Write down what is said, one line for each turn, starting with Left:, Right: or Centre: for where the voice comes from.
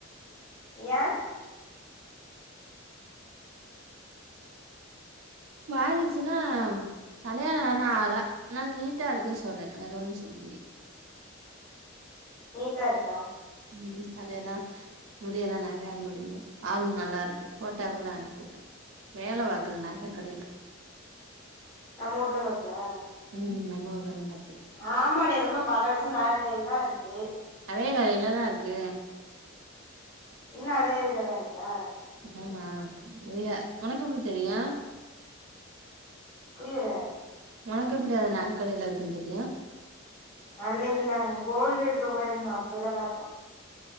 Left: ஏன்
Right: மாறிருச்சுன்னா கல்யாணம் ஆனா ஆல அதனால நீட்டா இருக்குன்னு சொல்றேன் வேற ஒன்னும் சொல்லையே
Left: நீட்டா இருக்கா
Right: ம் தலையெல்லா முடியலாம் நறையா முடியும் ஆள் நல்லா இருக்கு போட்டோவ கூட அனுப்பிவுடுறேன் வேல பாக்குது நக கடையில
Left: நம்ம ஊர்லையும் இருக்குதா
Right: ம் நம்ம ஊர்ல தான் பாத்துட்டு
Left: ஆமா டி அந்தப்புள்ள பல வருஷம் நக கடையில தான் இருக்கு
Right: அதே வேலையில தான இருக்கு
Left: இன்னும் அதே இதுல தான் இருக்கா
Right: ஆமா ரியா உனக்கு எப்டி
Left: ம்,
Right: தெரியு
Left: புரியல
Right: உனக்கு எப்டி அது நகக் கடைல இருக்குன்னு தெரியு
Left: அன்னைக்கி நாங் கோல்டு எடுக்க போயிருந்தோ அப்பேல்ல பார்த்தே